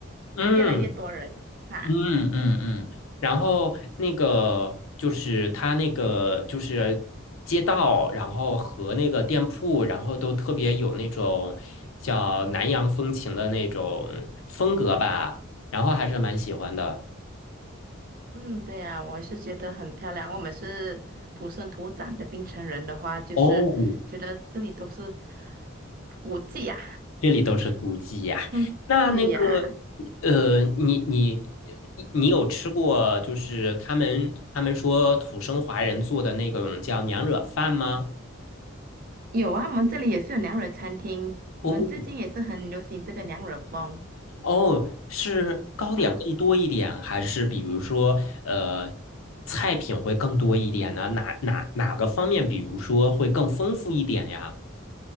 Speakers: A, on the left (about 80°); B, on the right (about 45°).
A: 嗯。
B: 越来越多人哈。啊
A: 嗯嗯嗯，然后那个就是它那个就是街道，然后和那个店铺，然后都特别有那种叫南洋风情的那种风格吧，然后还是蛮喜欢的。
B: 嗯，对呀，我是觉得很漂亮。我们是土生土长的槟城人的话，就是觉得这里都是
A: 哦，
B: 古迹呀。
A: 这里都是古迹呀。
B: 嗯，
A: 那那个呃，
B: 对呀，
A: 你你你你有吃过就是他们他们说土生华人做的那种叫娘惹饭吗？
B: 有啊，我们这里也是有娘惹餐厅，我们最近也是很流行这个娘惹风
A: 哦，哦，是糕点更多一点，
B: 啊。
A: 还是比如说，呃，菜品会更多一点呢？哪哪哪个方面，比如说会更丰富一点呀？